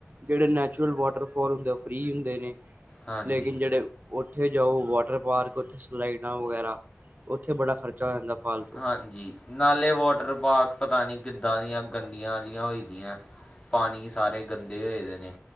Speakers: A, on the right; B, on the left.
A: ਜਿਹੜੇ ਨੈਚੁਰਲ ਵਾਟਰਫਾਲ ਹੁੰਦੇ ਫਰੀ ਹੁੰਦੇ ਨੇ।
B: ਹਾਂਜੀ
A: ਲੇਕਿਣ ਜਿਹੜੇ ਉੱਥੇ ਜਾਓ ਵਾਟਰ ਪਾਰਕ ਉੱਥੇ ਸਲਾਈਡਾਂ ਵਗੈਰਾ, ਉੱਥੇ ਬੜਾ ਖ਼ਰਚਾ ਆ ਜਾਂਦਾ ਫਾਲਤੂ,
B: ਹਾਂਜੀ ਨਾਲੇ ਵਾਟਰ ਪਾਰਕ ਪਤਾ ਨਹੀਂ ਕਿੱਦਾਂ ਦੀਆ ਗੰਦੀਆ ਜੀਆ ਹੋ ਦੀਆਂ। ਪਾਣੀ ਸਾਰੇ ਗੰਦੇ ਹੋਏ ਦੇ ਨੇ,